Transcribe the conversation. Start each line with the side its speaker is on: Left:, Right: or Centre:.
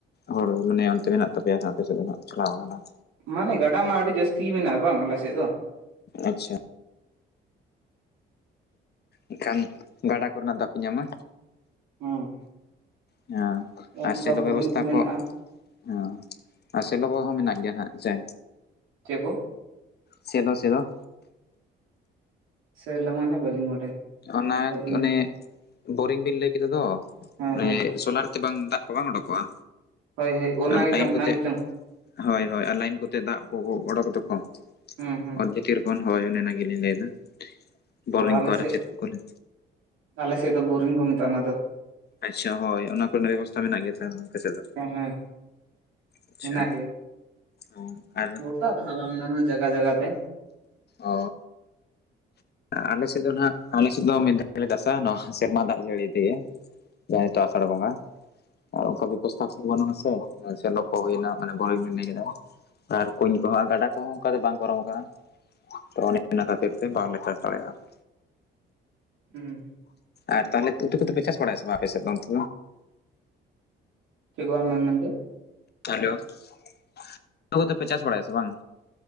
Left: ᱦᱚᱲ ᱢᱟᱱᱮ ᱚᱱᱛᱮ ᱢᱮᱱᱟᱜ ᱛᱟᱯᱮᱭᱟ ᱦᱟᱸᱜ ᱟᱯᱮᱥᱮᱫ ᱫᱚ ᱦᱟᱸᱜ ᱪᱟᱞᱟᱣ ᱵᱟᱝ
Right: ᱢᱟᱱᱮ ᱜᱟᱰᱟ ᱢᱟ ᱟᱹᱰᱤ ᱡᱟᱹᱥᱛᱤ ᱜᱮ ᱢᱮᱱᱟᱜᱼᱟ ᱵᱟᱝ ᱟᱞᱮ ᱥᱮᱫ ᱫᱚ,
Left: ᱟᱪᱪᱷᱟ ᱮᱱᱠᱷᱟᱱ ᱜᱟᱰᱟ ᱠᱚᱨᱮᱱᱟᱜ ᱫᱟᱜ ᱯᱮ ᱧᱟᱢᱟ,
Right: ᱦᱮᱸ
Left: ᱦᱮᱸ ᱟᱨ
Right: ᱚᱱᱠᱟ
Left: ᱥᱮᱞᱚ
Right: ᱵᱳᱨᱤᱝ
Left: ᱵᱮᱵᱚᱥᱛᱷᱟ
Right: ᱠᱚ ᱢᱮᱱᱟᱜᱼᱟ
Left: ᱠᱚᱼᱼ ᱦᱮᱸ ᱟᱨ ᱥᱮᱞᱚ ᱦᱚᱸ ᱢᱮᱱᱟᱜ ᱜᱮᱭᱟ ᱦᱟᱸᱜ ᱥᱮ,
Right: ᱪᱮᱫ ᱠᱚ
Left: ᱥᱮᱞᱚ ᱥᱮᱞᱚ
Right: ᱥᱮᱞ ᱢᱟᱱᱮ ᱵᱟᱞᱤᱧ ᱵᱟᱰᱟᱭᱟ
Left: ᱚᱱᱟ
Right: ᱞᱟᱹᱭᱞᱤᱧ
Left: ᱚᱱᱮ ᱵᱳᱨᱤᱝ ᱵᱤᱱ ᱞᱟᱹᱭ ᱠᱮᱫᱮ ᱫᱚ
Right: ᱦᱮᱸ
Left: ᱚᱱᱮ
Right: ᱦᱮᱸ
Left: ᱥᱳᱱᱟᱨᱼ ᱵᱟᱝ ᱫᱟᱜ ᱠᱚ ᱵᱟᱝ ᱳᱰᱳᱠᱚᱜᱼᱟ
Right: ᱦᱳᱭ ᱦᱳᱭ ᱚᱱᱟ
Left: ᱟᱨ
Right: ᱜᱮᱪᱚᱝ
Left: ᱞᱟᱭᱤᱱ
Right: ᱚᱱᱟ
Left: ᱠᱚᱛᱮᱜ
Right: ᱜᱮᱪᱚᱝ
Left: ᱦᱳᱭ ᱦᱳᱭ ᱟᱨ ᱞᱟᱭᱤᱱ ᱠᱚᱛᱮ ᱫᱟᱜ ᱠᱚᱠᱚ ᱳᱰᱳᱠ ᱫᱚᱠᱚ
Right: ᱦᱚᱸ ᱦᱚᱸ
Left: ᱚᱛ ᱵᱷᱤᱛᱤᱨ ᱠᱷᱚᱱ ᱦᱚᱭ ᱚᱱᱮ ᱚᱱᱟ ᱜᱮᱞᱤᱧ ᱞᱟᱹᱭ ᱮᱫᱟ᱾ ᱵᱳᱨᱤᱝ
Right: ᱚ ᱟᱞᱮ
Left: ᱠᱚ ᱟᱨ
Right: ᱥᱮᱫ
Left: ᱪᱮᱫ ᱠᱚᱠᱚ ᱞᱟᱹᱭ
Right: ᱟᱞᱮ ᱥᱮᱫ ᱫᱚ ᱵᱳᱨᱤᱝ ᱠᱚ ᱢᱮᱛᱟᱜᱼᱟ ᱚᱱᱟ ᱫᱚ᱾
Left: ᱟᱪᱪᱷᱟ ᱦᱳᱭ ᱚᱱᱟ ᱠᱚᱨᱮᱱᱟᱜ ᱵᱮᱵᱚᱥᱛᱷᱟ ᱢᱮᱱᱟᱜ ᱜᱮᱭᱟ ᱛᱚ ᱟᱯᱮ ᱥᱮᱫ ᱫᱚ?
Right: ᱦᱮᱸ ᱦᱮᱸ
Left: ᱟᱪᱪᱷᱟ
Right: ᱢᱮᱱᱟᱜ
Left: ᱚ ᱟᱨ
Right: ᱫᱟᱜ ᱫᱚ ᱦᱮᱱᱟᱜ ᱚᱱᱟᱦᱚ ᱡᱟᱜᱟ ᱡᱟᱜᱟᱛᱮ
Left: ᱚ ᱟᱞᱮ ᱥᱮᱫ ᱫᱚ ᱱᱟᱦᱟᱜ ᱟᱞᱮ ᱥᱮᱫ ᱫᱚ ᱢᱤᱫ ᱫᱷᱟᱣ ᱜᱮᱞᱮ ᱪᱟᱥ-ᱟ ᱱᱚᱣᱟᱦᱚ ᱥᱮᱨᱢᱟ ᱫᱟᱜ ᱡᱟᱹᱲᱤ ᱛᱮᱜᱮ ᱡᱟ ᱱᱤᱛᱚᱜ ᱟᱥᱟᱲ ᱵᱚᱝᱜᱟ, ᱟᱨ ᱚᱱᱠᱟ ᱵᱮᱵᱚᱥᱛᱷᱟ ᱠᱚ ᱵᱟᱹᱱᱩᱜ ᱟᱥᱮ ᱥᱮᱞᱚᱠᱚ ᱦᱳᱭᱮᱱᱟ ᱢᱟᱱᱮ ᱵᱚᱨᱤᱧ ᱵᱤᱱ ᱞᱟᱹᱭ ᱠᱮᱫᱟ, ᱟᱨ ᱠᱩᱧ ᱠᱚᱦᱚᱸ ᱜᱟᱰᱟ ᱠᱚᱦᱚᱸ ᱚᱱᱠᱟ ᱫᱚ ᱵᱟᱝ ᱠᱚᱨᱟᱣ ᱟᱠᱟᱱᱟ ᱛᱚ ᱚᱱᱮ ᱚᱱᱟ ᱠᱷᱟᱹᱛᱤᱨ ᱛᱮ ᱵᱟᱝᱞᱮ ᱪᱟᱥ ᱫᱟᱲᱮᱭᱟᱜᱼᱟ ᱾
Right: ᱦᱢ
Left: ᱟᱨ ᱛᱟᱦᱚᱞᱮ ᱩᱛᱩ ᱠᱚᱫᱚᱯᱮ ᱪᱟᱥ ᱵᱟᱲᱟᱭᱟ ᱥᱮ ᱵᱟᱝ ᱟᱯᱮ ᱥᱮᱫ ᱫᱚ ᱚᱱᱛᱮ ᱫᱚ?
Right: ᱪᱮᱫ <unintelligible> ᱢᱮᱱ ᱢᱮᱱᱠᱮᱫ?
Left: ᱦᱮᱞᱳ <unintelligible> ᱠᱚᱫᱚᱯᱮ ᱪᱟᱥ ᱵᱟᱲᱟᱭᱟ ᱥᱮ ᱵᱟᱝ?